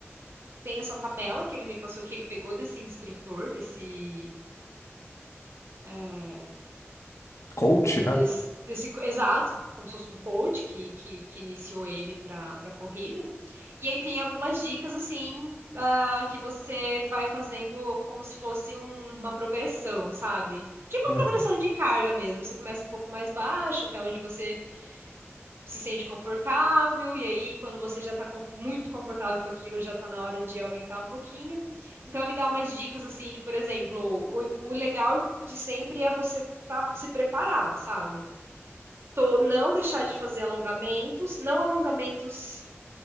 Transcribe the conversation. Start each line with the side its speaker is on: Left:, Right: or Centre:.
Right: tem essa tabela que ele me passou que ele pegou desse instrutor, desse eh,
Left: Coach, né?
Right: desse, desse exato, como se fosse um coach que, que, que iniciou ele para para corrida. E aí tem algumas dicas assim ah, que você vai fazendo como se fosse um- uma progressão, sabe? Tipo
Left: Uhum.
Right: progressão de carga mesmo. Você começa um pouco mais baixo, até onde você se sente confortável, e aí quando você já está muito confortável com aquilo, já está na hora de aumentar um pouquinho. Então ele dá umas dicas assim, de, por exemplo, o, o legal de sempre é você tá, se preparar, sabe? tô não deixar de fazer alongamentos, não alongamentos